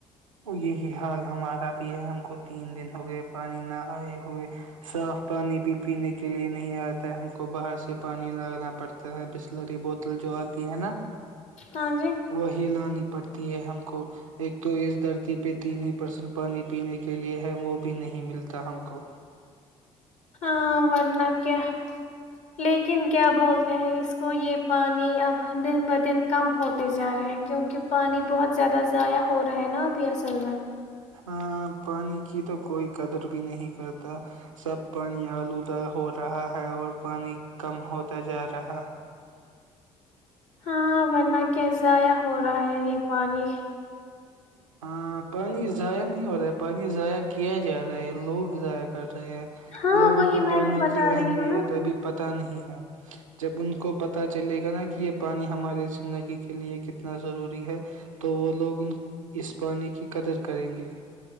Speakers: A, on the right; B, on the left.
A: یہی حال ہمارا بھی ہے ہم کو تین دن ہو گئے پرانی نہ آئے ہوئے صاف پانی بھی پینے کے لیے نہیں آتا ہم کو باہر سے پانی لگانا پڑتا ہے بسلری بوتل جو آتی ہے نا
B: ہاں جی
A: وہ ہی لانی پڑتی ہے ہم کو ایک تو اس دھرتی پہ تین ہی پرسنٹ پانی پینے کے لیئے ہے وہ بھی نہیں ملتا ہم کو
B: ہاں ورن کیا لیکن کیا بولتے ہیں اس کو یہ پانی اب دن ب دن کم ہوتے جا رہا ہے کیونکہ پانی بہت زیادہ ضائع ہو رہا ہے نا ابھی اصل میں
A: ہاں پانی کی تو کوئی قدر بھی نہیں کرتا سب پانی آلودال ہو رہا ہے اور پانی کم ہوتا جا رہا ہے
B: ہاں ورنہ کیزایا ہو رہا ہے یہ پانی
A: ہاں پانی ضائع نہیں ہو رہا ہے پانی ضائع کیا جا رہا ہے لوگ ضاع کر
B: ہاں
A: لوگوں
B: وہی
A: کو
B: میں
A: پانی
B: بھی بتا
A: کی اہمیت
B: رہی ہوں نا
A: ابھی پت پ نہیں ہے جب ان کو پتا چلے گا نا کہ یہ پانی ہمارے زندگی کے لیے کتنا ضروری ہے تو وہ لوگ اس پانی کی قدر کریں گے